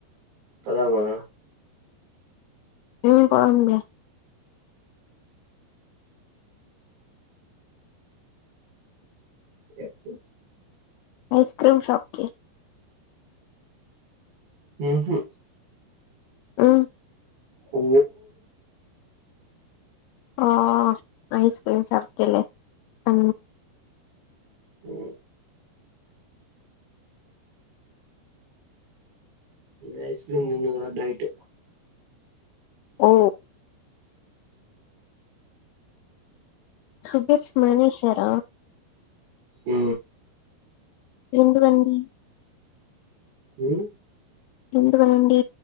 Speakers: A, on the right; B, on the left.
A: పోద్దామా
B: ఉమ్ పోద్దాం లే
A: ఎకు
B: ఐస్క్రీమ్ షాప్కి
A: ఉహు
B: ఆ
A: ఓ
B: ఆ ఐస్క్రీమ్ చెప్తిలే అ
A: హు ఇ ఐస్ క్రీమ్ తున్ను కదా డైట్
B: ఓ సుబిర్స్ మానేశార
A: హు
B: ఎందుకండి
A: ఊ
B: ఎందుకునండి